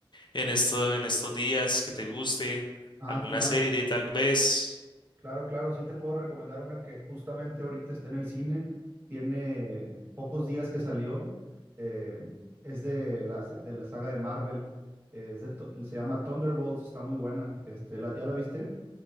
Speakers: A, on the left (about 55°); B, on the right (about 25°).
A: en esto, en estos días que te guste,
B: Ah,
A: alguna
B: claro,
A: serie tal vez.
B: claro, claro. Sí te puedo recomendar una que justamente ahorita está en el cine. Tiene pocos días que salió. eh, es de la, de la saga de Marvel. eh, es de Thu- se llama Thunderbolts. Está muy buena. Este, ¿la- ¿ya la viste?